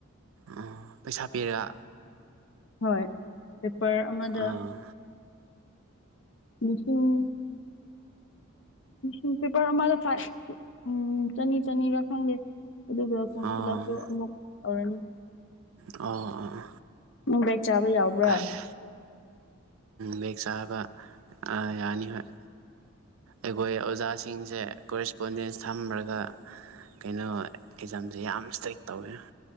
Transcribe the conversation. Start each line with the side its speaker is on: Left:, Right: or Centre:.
Right: ꯑꯣ ꯄꯩꯁꯥ ꯄꯤꯔꯒ
Left: ꯍꯣꯏ ꯄꯦꯄꯔ ꯑꯃꯗ
Right: ꯑꯥ
Left: ꯂꯤꯁꯤꯡ ꯎꯝ ꯄꯦꯄꯔ ꯑꯃꯗ ꯐꯥꯏꯚ ꯇ ꯎꯝ ꯆꯅꯤ ꯆꯅꯤꯔꯥ ꯈꯪꯗꯦ ꯑꯗꯨꯒ ꯐꯣꯝ
Right: ꯑꯥ
Left: ꯐꯤꯜꯞ ꯑꯃꯨꯛ ꯑꯣꯏꯧꯔꯅꯤ
Right: ꯑꯣ ꯑꯣ
Left: ꯎꯝ ꯕꯦꯛ ꯆꯥꯕ ꯌꯥꯎꯕ꯭ꯔꯥ
Right: ꯑꯁ ꯕꯦꯛ ꯆꯥꯕ ꯑ ꯌꯥꯅꯤ ꯍꯣꯏ ꯑꯩꯈꯣꯏ ꯑꯣꯖꯥꯁꯤꯡꯁꯦ ꯀꯣꯔꯦꯁꯄꯣꯟꯗꯦꯟꯁ ꯊꯝꯃꯔꯒ ꯀꯩꯅꯣ ꯑꯦꯛꯖꯥꯝꯁꯦ ꯌꯥꯝ ꯏꯁꯇ꯭ꯔꯤꯛ ꯇꯧꯋꯦ